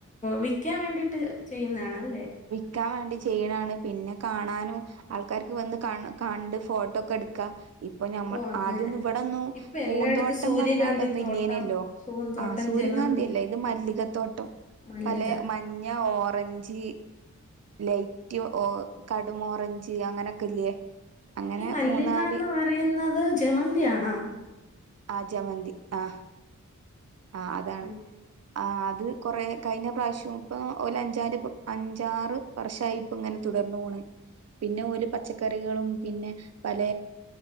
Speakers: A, on the left; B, on the right.
A: വിക്കാൻ വേണ്ടിട്ട് ചെയ്യുന്നതാണല്ലേ
B: ഇിക്കാൻ വേണ്ടി ചെയ്യണാണ് പിന്നെ കാണാനും ആൾക്കാർക്ക് വന്ന് കണ്ട് ഫോട്ടോ ക്കെ എടുക്കാ ഇപ്പൊ ഞമ്മൾ
A: ഓ അങ്ങനെ
B: ആദ്യം ഇവിടെൊന്നു
A: ഇപ്പൊ എല്ലായിടത്തും
B: പൂന്തോട്ടം
A: സൂര്യകാന്തി
B: പറഞ്ഞണ്ടൊന്ന
A: തോട്ടം
B: ഇല്ലേനല്ലോ
A: പൂന്തോട്ടം
B: ആസൂ
A: ജമന്തി
B: ദരകാന്തിയല്ലേ ഇത് മല്ലികത്തോട്ടം
A: മല്ലിക
B: പല മഞ്ഞ ഓറഞ്ച് ലൈറ്റ് കടും ഓറഞ്ച് അങ്ങനൊക്കെല്ലേ അങ്ങനെ
A: ഈ മല്ലിക
B: മൂന്നാല്
A: എന്ന് പറയുന്നത് ജമന്തിയാണാ
B: ആ ജമന്തി ആ ആ അതാണ്
A: ഉം.
B: ആ അത് കുറേ കഴിഞ്ഞ പ്രാവശ്യം ഇപ്പ അഞ്ചാ അഞ്ചാറ് വർഷമായിപ്പ ഇങ്ങനെ ർന്നണ് പിന്നെ പച്ചക്കറികളും പിന്നെ പല